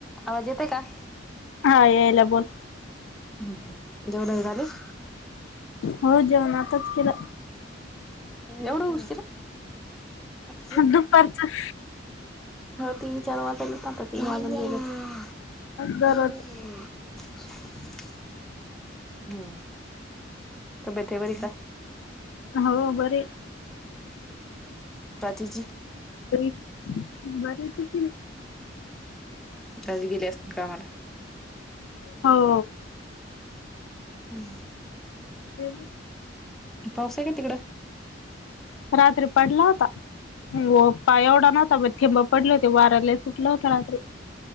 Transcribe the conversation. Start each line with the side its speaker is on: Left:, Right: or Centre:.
Centre: आवाज येतोय का?
Left: हा यायलाय बोल.
Centre: <unintelligible> झालीस?
Left: हो जेवण आताच केल.
Centre: एवढा उशीर? हां
Left: दुपारचं
Centre: तीन चार वाजायलेत आता तीन वाजून गेलेत. <inaudible>
Left: दररोज
Centre: हम्म तब्येत तेे बरीये का?
Left: हो बरीये
Centre: प्राचीची.
Left: बरीये तीची बी.
Centre: आज गेली असल कामाला?
Left: हो
Centre: हम्म
Left: <inaudible>
Centre: पाऊस आहे का तिकड?
Left: रात्री पडला होता. पहा एवढा नव्हता बघ थेंब पडले होती वारा लय सुटला होता रात्री.